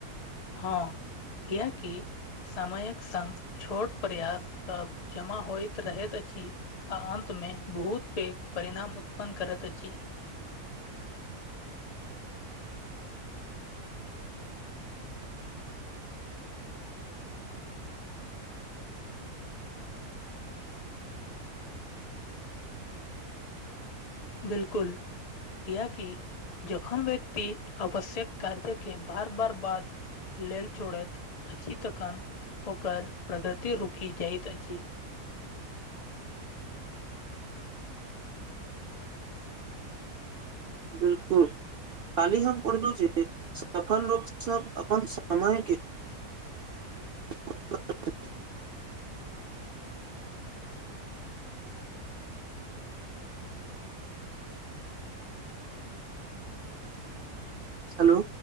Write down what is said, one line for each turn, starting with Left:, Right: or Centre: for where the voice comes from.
Left: हँ किएकि समयक संग छोट प्रयाससभ जमा होइत रहैत अछि आ अन्त मे बहुत पैघ परिणाम उत्पन्न करैत अछि बिलकुल कियाकि जखन व्यक्ति आवश्यक कार्य के बार बार बात लेल छोड़ैत अछि तखन ओकर प्रगति रुकि जाइत अछि
Right: बिलकुल कालहि हम पढ़लहु जे सफल लोक सब अपन समयके <unintelligible> हेलो